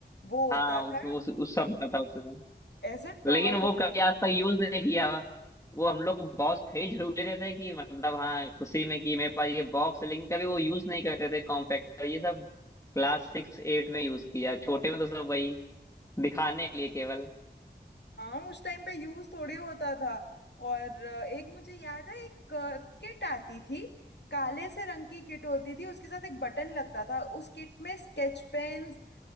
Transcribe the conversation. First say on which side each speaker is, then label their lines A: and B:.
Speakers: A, on the left; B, on the left.
A: वो होता
B: हाँ
A: था
B: उस, उस, उस सब पता था उसमें
A: ऐसे टॉर
B: लेकिन वो
A: में घूमते
B: कभी आज
A: थे
B: तक यूज नहीं किया हुआ। वो हम लोग बॉस खरीद जरूर लेते थे कि मतलब हाँ खुशी में कि मेरे पास ये बॉक्स है लेकिन कभी वो यूज नहीं करते थे कॉम्पैक्टर ये सब क्लास सिक्स एट में यूज किया छोटे में तो सब वही दिखाने के लिए केवल
A: हाँ उस टाइम पे यूज थोड़ी होता था और अ, एक मुझे याद है एक किट आती थी काले से रंग की किट होती थी उसके साथ एक बटन लगता था उस किट में स्केच पेन्स